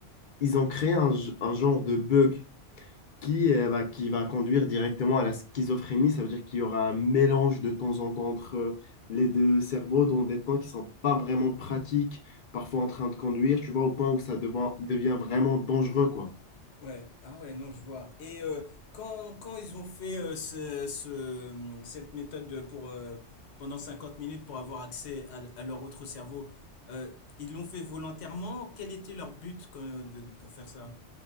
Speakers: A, on the left; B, on the left.
A: ils ont créé un, g- un genre de bug qui, euh, bah, qui va conduire directement à la schizophrénie. Ça veut dire qu'il y aura un mélange de temps en temps entre euh, les deux cerveaux dans des temps qui sont pas vraiment pratiques, parfois en train de conduire, tu vois, au point où ça devient, devient vraiment dangereux, quoi.
B: Ouais, ah ouais, non, je vois. Et euh, quand, quand ils ont fait euh, ce, ce- cette méthode de- pour, euh, pendant 50 minutes pour avoir accès à, à leur autre cerveau, euh, ils l'ont fait volontairement? Quel était leur but quand- de- de- pour faire ça?